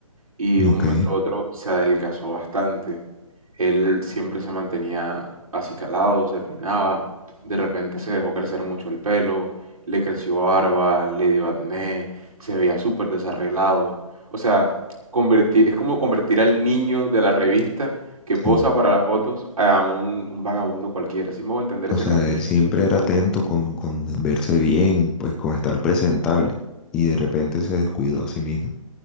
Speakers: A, on the right; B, in the centre.
A: Y de
B: Ok,
A: un momento a otro se adelgazó bastante. Él siempre se mantenía acicalado, se peinaba. De repente se dejó crecer mucho el pelo, le creció barba, le dio acné, se veía súper desarreglado. O sea, convertir, es como convertir al niño de la revista que
B: sí.
A: posa para las fotos a un, un vagabundo cualquiera. Así me voy a entender ese
B: O sea,
A: cambio.
B: él siempre era atento con, con verse bien, pues con estar presentable. Y de repente se descuidó a sí mismo.